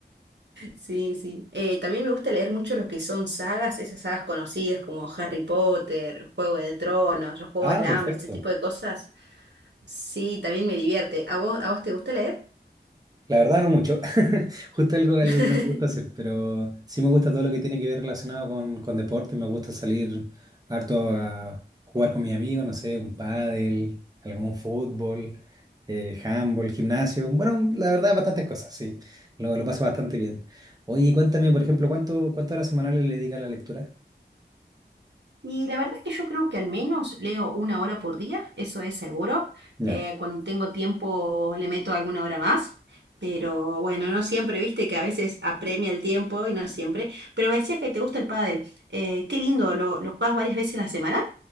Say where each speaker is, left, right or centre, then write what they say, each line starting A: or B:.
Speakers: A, on the right (about 85°); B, on the right (about 20°).
A: Sí, sí. Eh, también me gusta leer mucho lo que son sagas, esas sagas conocidas como Harry Potter, Juego de Tronos, Los Juegos
B: Ah,
A: del
B: perfecto.
A: Hambre, ese tipo de cosas. Sí, también me divierte. ¿A vos, a vos te gusta leer?
B: La verdad no mucho. <laughs> Justo algo, algo
A: <laughs>
B: que no me gusta hacer, pero sí me gusta todo lo que tiene que ver relacionado con, con deporte. Me gusta salir harto a jugar con mis amigos, no sé, un pádel, algún fútbol, eh, handball, gimnasio. Bueno, la verdad, bastantes cosas, sí. Lo, lo paso bastante bien. Oye, cuéntame, por ejemplo, ¿cuánto, cuántas horas semanales le dedica a la lectura?
A: Y la verdad es que yo creo que al menos leo una hora por día, eso es seguro.
B: ya
A: Eh, cuando tengo tiempo le meto alguna hora más, pero bueno, no siempre, viste que a veces apremia el tiempo y no siempre. Pero me decías que te gusta el pádel. Eh, qué lindo, ¿lo, lo jugás varias veces a la semana?